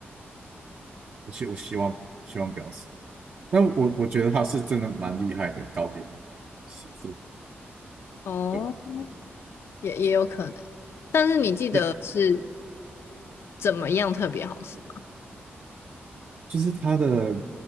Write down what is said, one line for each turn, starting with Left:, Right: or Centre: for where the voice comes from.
Right: 我希我希望希望不要死，但我我觉得它是真的蛮厉害的糕点师傅，
Left: 哦，
Right: 对吧？
Left: 也也有可能。但是你记得是
Right: 哎，
Left: 怎么样特别好吃吗？
Right: 就是它的，